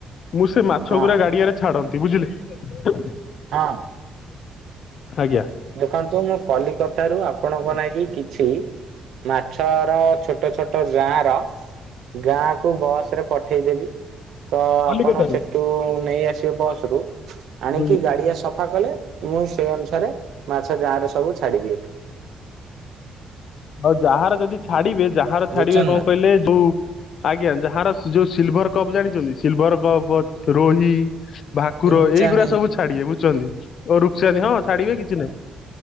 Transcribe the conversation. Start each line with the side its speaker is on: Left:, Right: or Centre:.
Left: ମୁଁ ସେ ମାଛ
Right: ହଁ
Left: ଗୁରା ଗାଡିଆରେ ଛାଡନ୍ତି ବୁଝିଲେ କି?
Right: ହଁ
Left: ଆଜ୍ଞା
Right: ଦେଖନ୍ତୁ ମୁଁ କଲିକତାରୁ ଆପ୍ ଆପଣଙ୍କ ନାଗି କିଛି ମାଛର ଛୋଟ ଛୋଟ ଯାର ଗାଁ କୁ ବସରେ ପଠେଇଦେବି ତ ଆପଣ
Left: କଲିକତାରୁ
Right: ସେଠୁ ନେଇ ଆ ସିବେ ବସରୁ ଆଣିକି
Left: ବୁଝି
Right: ଗାଡିଆ ସଫା କଲେ ମୁଁ ସେ ଅନୁସାରେ ମାଛ ଯାର ସବୁ ଛାଡିବି ଏଠୁ।
Left: ଆଉ ଯାହାର ଯଦି ଛାଡିବେ ଯାହାର ଛାଡିବେ
Right: ବୁଝୁଛନ୍ତି
Left: କଣ
Right: ନା
Left: କହିଲେ ଯୋଉ ଆଜ୍ଞା ଯାହାର ଯୋଉ ସିଲଭର କପ୍ ଜାଣିଚନ୍ତି ସିଲଭର କପ୍ ରୋହି ଭାକୁର
Right: ରୂପଚାନ୍ଦି
Left: ଏଇଗୁଡା ସବୁ ଛାଡିିବେ ବୁଝୁଛନ୍ତି ଓ ରୁକ୍ ଚାନ୍ଦି ହଁ ଛାଡିବେ କିଛି ନାହିଁ